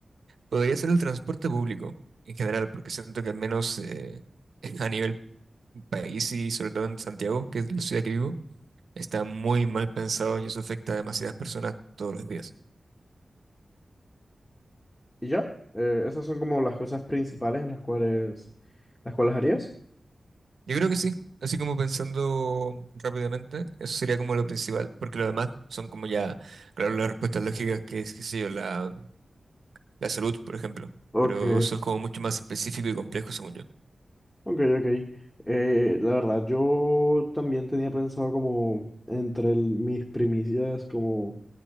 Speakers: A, on the right (about 85°); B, on the left (about 20°).
A: podría ser el transporte público en general, porque siento que al menos eh, <laughs> a nivel país y sobre todo en Santiago, que es la ciudad que vivo, está muy mal pensado y eso afecta a demasiadas personas todos los días.
B: ¿Y ya? Eh, esas son como las cosas principales en las cuales, las cuales harías.
A: Yo creo que sí. Así como pensando rápidamente, eso sería como lo principal, porque lo demás son como ya, claro, las respuestas lógicas que es, qué sé yo, la, la salud, por ejemplo.
B: Ok,
A: Pero eso es como mucho más específico y complejo, según yo.
B: ok, ok. Eh, la verdad, yo también tenía pensado como entre el- mis primicias, como